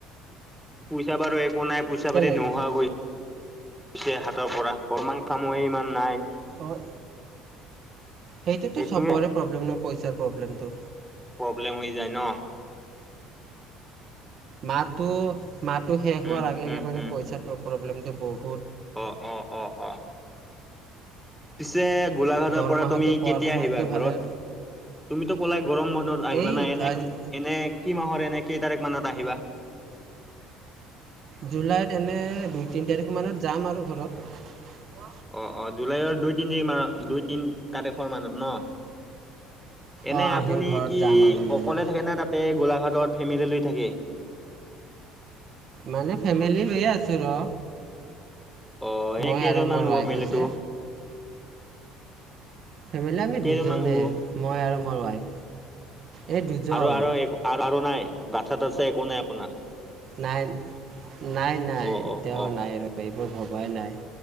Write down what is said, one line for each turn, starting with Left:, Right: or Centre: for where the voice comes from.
Centre: পূচা বাৰ একো নাই পইচা
Right: কেলে
Centre: পাতি নোহোৱাকৈ হাতৰ পৰা কমান কামহে ইমান নাই।
Right: অ'। সেইটোতো
Centre: সেইটোয়ে
Right: চবৰে প্ৰব্লেম ন'। এ, প্ৰব্লেমটো।
Centre: বলে হৈ যায় ন'।
Right: মাতো মাহটো শেষ হোৱাৰ
Centre: উম,
Right: আগে আগে
Centre: উম,
Right: মানে
Centre: উম,
Right: পইচাটো প্ৰব্লেমটো বুত
Centre: অ', অ', অ', অ'। পিছে গোলাঘাটৰ
Right: দৰমহাটো
Centre: পৰা তুমি
Right: পোৱাৰ
Centre: কেতিয়া
Right: সময়ততো
Centre: আহিবা
Right: ভালে
Centre: ঘৰত, তুমিটো কলাই গৰম বনত আহিবা
Right: এই
Centre: নাই এনে
Right: আজ-
Centre: এনে কি মাহৰ এনে কেই তাৰিখ মানত আহিবা?
Right: জুলাইত এনে দুই তিনি তাৰিখ মানত যাম আৰু ঘৰত।
Centre: অ', অ', জুলাইৰ দুই তিনি মত দুই তিনি তাৰিখৰ মানত ন'। এনে
Right: অঁ আহিম
Centre: আপুনি
Right: ঘৰত
Centre: কি
Right: যাম আৰু মানে
Centre: অকলে থাকে নে তাতে? গোলাঘাটৰ ফেমিলি লৈ থাকে।
Right: মানে ফেমিলি হৈয়ে আছো ৰ।
Centre: অ',
Right: মই
Centre: এ কেইজনমান
Right: আৰু মোৰ
Centre: হ'ব
Right: ৱাইফ
Centre: পাৰিল
Right: আছে
Centre: তো?
Right: ফেমিলি আমি
Centre: কেইজনমান
Right: দুজনে
Centre: হ'ব
Right: মই আৰু তোমাৰ ৱাইফ এই দুজন
Centre: আৰু, আৰু, আৰু, নাই। ভচা তচা একো নাই আপোনাৰ।
Right: নাই, নাই, নাই
Centre: অ
Right: এতিয়াও
Centre: অ অ
Right: নাই ৰ। মই ভবাই নাই